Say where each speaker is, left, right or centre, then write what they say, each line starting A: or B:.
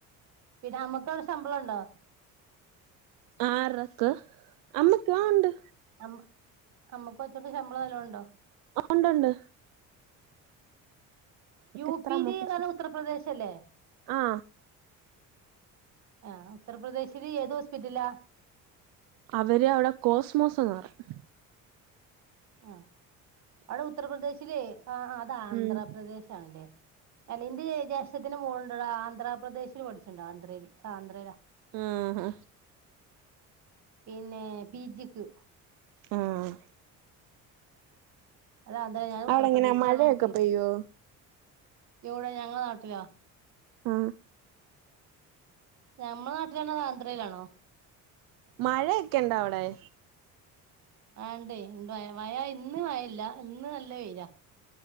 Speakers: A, on the right; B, on the right.
A: പിന്നെ നമ്മക്കവിടെ ശമ്പളമുണ്ടോ
B: ആറക്ക് അമ്മക്ക് ഉം ഉണ്ട്
A: മ്മ അമ്മക്ക് അച്ചക്ക ശമ്പളം വല്ലോണ്ടോ
B: ആ ഉണ്ട്ണ്ട്
A: യു
B: എത്ര
A: പി
B: അമ്മക്ക്
A: യില് എന്ന ഉത്തർപ്രദേശല്ലേ
B: ആ
A: ആ ഉത്തർപ്രദേശില് ഏത് ഹോസ്പിറ്റലാ
B: അവര് അവിടെ കോസ്മോസ്ന്ന് പറയും
A: ആ അവിടെ ഉത്തർപ്രദേശിലെ ആ അത് ആന്ധ്രാപ്രദേശ്
B: ഉം
A: ആണല്ലേ അല്ല ഇന്റ ജേഷ്ഠ ഇതിന് മുകളിലുള്ള ആന്ധ്രാപ്രദേശിൽ പഠിച്ചിണ്ടോ ആന്ധ്രയി ആന്ധ്രയില
B: മ്മ്ഹ്
A: പിന്നെ പിജിക്ക്
B: ആഹ്
A: അത ആന്ധ്ര ഞാൻ ഉത്തർപ്രദേശിലാണോന്ന്
B: അവിടെ എങ്ങനെ മഴയൊക്കെ
A: കരുതി
B: പെയ്യോ
A: എവിടെ ഞങ്ങള നാട്ടിലോ
B: ആ
A: ഞമ്മ നാട്ടിലാണോ അതോ ആന്ധ്രയിലാണോ
B: മഴയൊക്കെ ഉണ്ടോ അവിടെ
A: ആ ഉണ്ടേയ് മഴ ഇന്ന് മഴ ഇല്ല ഇന്ന് നല്ല വെയിലാ